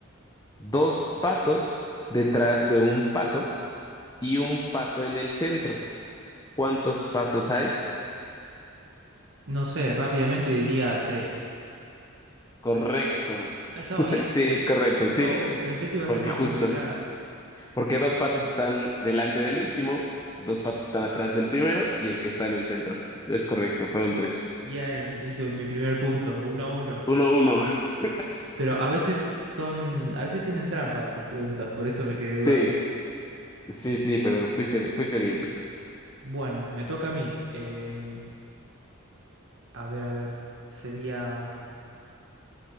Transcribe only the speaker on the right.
No sé, rápidamente diría tres.
¿Ah, ¿Estaba bien?
Oh, pensé que iba a
ser más
complicada.
Bien, hice mi primer punto, uno a uno.
Pero a veces son, a veces tienen trampa esas preguntas, por eso me quedé
dudando.
Bueno, me toca a mí. Em, a ver, a ver, sería...